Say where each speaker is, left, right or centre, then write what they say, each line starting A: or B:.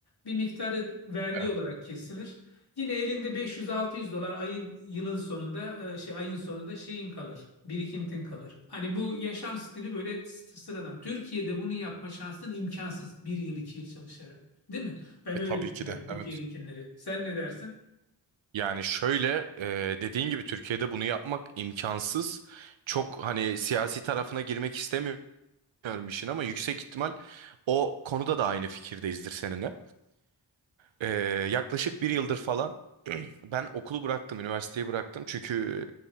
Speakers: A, on the left; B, on the right.
A: Bir miktarı vergi
B: Evet.
A: olarak kesilir. Yine elinde beş yüz altı yüz dolar ayın yılın sonunda e, şey ayın sonunda şeyin kalır. Birikintin kalır. Hani bu yaşam stili böyle s- sıradan. Türkiye'de bunu yapma şansın imkansız bir yıl iki yıl çalışarak. Değil mi? Ben
B: E,
A: öyle
B: tabii
A: düşünüyorum
B: ki de.
A: Türkiye'dekileri.
B: Evet.
A: Sen ne dersin?
B: Yani şöyle e, dediğin gibi Türkiye'de bunu yapmak imkansız. Çok hani siyasi tarafına girmek istemiyorum işin ama yüksek ihtimal o konuda da aynı fikirdeyizdir seninle. E, yaklaşık bir yıldır falan Ben okulu bıraktım, üniversiteyi bıraktım. Çünkü